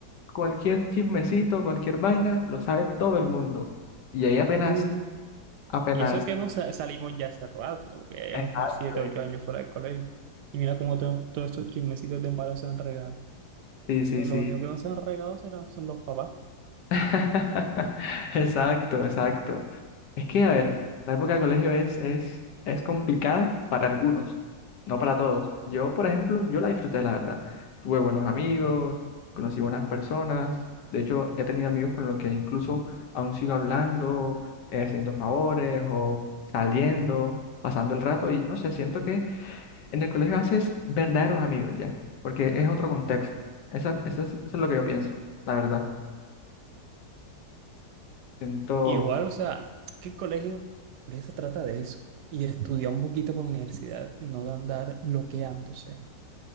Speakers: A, on the left; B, on the right.
A: cualquier chismecito, cualquier vaina, lo sabe todo el mundo. Y ahí apenas,
B: Uh,
A: apenas,
B: Y eso que hemos sa- salimos ya hace rato, que ya llevamos
A: exacto,
B: como siete,
A: eh,
B: ocho años fuera del colegio. Y mira cómo to- todos estos chismecitos de malos se han regado.
A: sí, sí,
B: No,
A: sí.
B: lo único que no se han regado serán, son los papás.
A: <laughs> Exacto, exacto. Es que, a ver, la época del colegio es, es, es complicada para algunos, no para todos. Yo, por ejemplo, yo la disfruté, la verdad. Tuve buenos amigos, conocí buenas personas. De hecho, he tenido amigos con los que incluso aún sigo hablando, eh, haciendo favores o saliendo, pasando el rato y no sé, siento que En el colegio haces verdaderos amigos ya, porque es otro contexto. Esa- Eso, es, eso es lo que yo pienso, la verdad. Siento,
B: Igual, o sea, es que el colegio, el colegio se trata de eso. Y de estudiar un poquito por la universidad, no de andar loqueándose.